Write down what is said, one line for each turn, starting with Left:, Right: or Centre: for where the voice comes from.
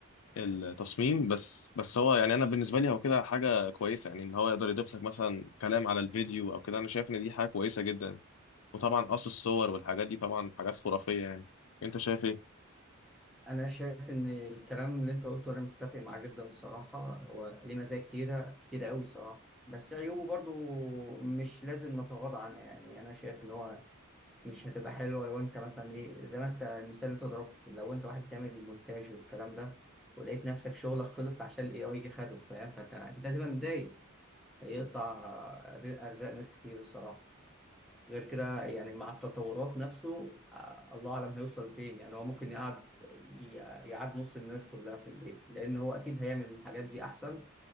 Left: التصميم بس بس هو يعني انا بالنسبه لي هو كده حاجه كويسه يعني ان هو يقدر يضيف لك مثلا كلام على الفيديو او كده انا شايف ان دي حاجه كويسه جدا وطبعا قص الصور والحاجات دي طبعا حاجات خرافية يعني انت شايف ايه؟
Centre: انا شايف ان الكلام اللي انت قلته انا متفق معاه جدا الصراحة هو ليه مزايا كتيرة كتيرة قوي الصراحة بس عيوبه برضو مش لازم نتغاضى عنها يعني انا شايف ان هو مش هتبقى حلوة لو انت مثلا ايه زي ما انت المثال اللي انت ضربته لو انت واحد بتعمل المونتاج والكلام ده ولقيت نفسك شغلك خلص عشان الاي اي يجي خده فاهم فانت اكيد هتبقى متضايق هيقطع آه، ارزاق ناس كتير الصراحة غير كده يعني مع التطورات نفسه آه، الله اعلم هيوصل فين يعني هو ممكن يقعد ي- يقعد نص الناس كلها في البيت لان هو اكيد هيعمل الحاجات دي احسن